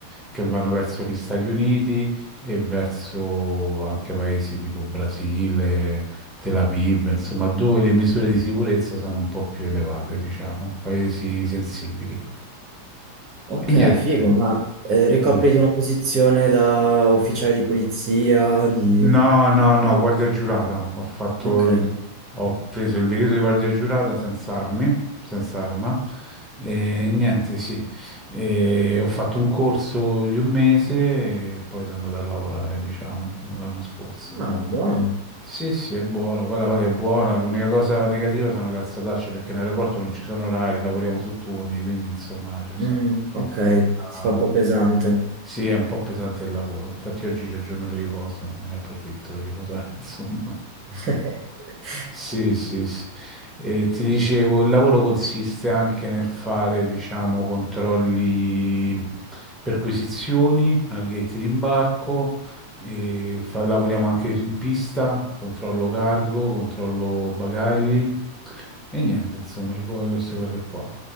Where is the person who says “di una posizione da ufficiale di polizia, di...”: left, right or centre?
Right